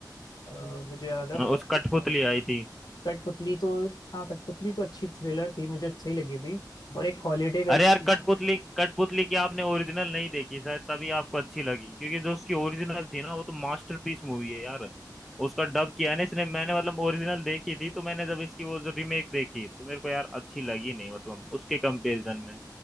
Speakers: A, on the left; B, in the centre.
A: अ, अ, मुझे याद है हॉली-
B: उस कठपुतली आई थी
A: कठपुतली तो हाँ कठपुतली तो अच्छी थ्रिलर थी मुझे सही लगी थी और एक हॉलीडे करके
B: अरे यार कठपुतली कठपुतली की आपने ओरिजिनल नहीं देखी शायद तभी आपको अच्छी लगी क्योंकि जो उसकी ओरिजिनल थी ना वो तो मास्टरपीस मूवी है यार उसका डब किया है ना इसने मैंने मतलब ओरिजिनल देखी थी तो मैंने जब इसकी वो जो रीमेक देखी तो मेरे को यार अच्छी लगी नहीं मतलब उसके कंपैरिजन में